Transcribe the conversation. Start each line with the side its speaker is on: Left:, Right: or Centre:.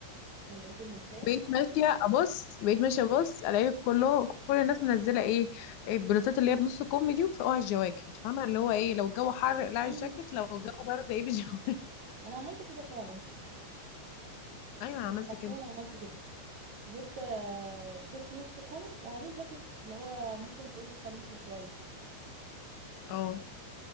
Right: العيد اللي فات
Left: بقيت ماشيه ابص بقيت ماشيه ابص الاقي كله كل الناس منزله ايه إيه البلوزات اللي هي بنص كم دي وفوقها الجواكت فاهمه اللي هو ايه لو الجو حر اقلعي
Right: مم.
Left: الجاكيت لو الجو برد ايه بالجواكت <laughs>
Right: أنا عملت كده فعلا
Left: ايوه
Right: يعني
Left: انا
Right: أنا
Left: عملت
Right: حرفيا
Left: كده
Right: عملت كده جبت آه، تيشيرت نص كم وعليه جاكيت اللي هو ممكن تقولي خريفي شوية
Left: اه